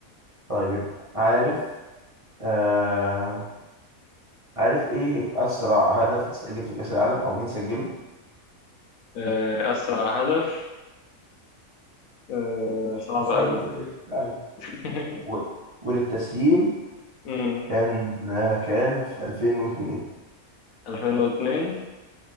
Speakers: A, on the right; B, on the left.
A: طيب عارف آه عارف ايه اسرع هدف اتسجل في كاس العالم او مين سجله؟
B: <laughs> آه، أسرع هدف آه،
A: اسرع
B: صعب أوي
A: هدف
B: ده
A: في كاس العالم
B: <laughs>
A: و- وللتسهيل
B: مم.
A: كان آه كان في 2002
B: 2002